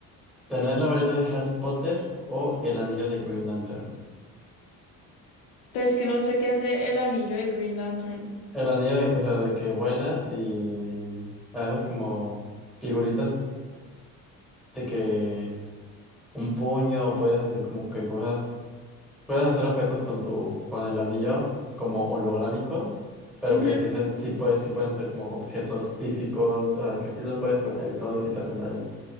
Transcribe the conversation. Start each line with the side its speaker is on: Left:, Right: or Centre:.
Centre: ¿tener la varita de Harry Potter o el anillo de Green Lantern?
Left: es que no sé qué hace el anillo de Green Lantern.
Centre: El anillo de, o sea, de que vuelas y haces como figuritas de que un puño, puedes así como que cosas Puedes hacer objetos con tu, con el anillo como holográmicos, pero
Left: Ujú.
Centre: que sí hacen, sí puedes, sí pueden ser como objetos físicos, o sea, que sí los puedes tocar y todo, y sí te hacen daño.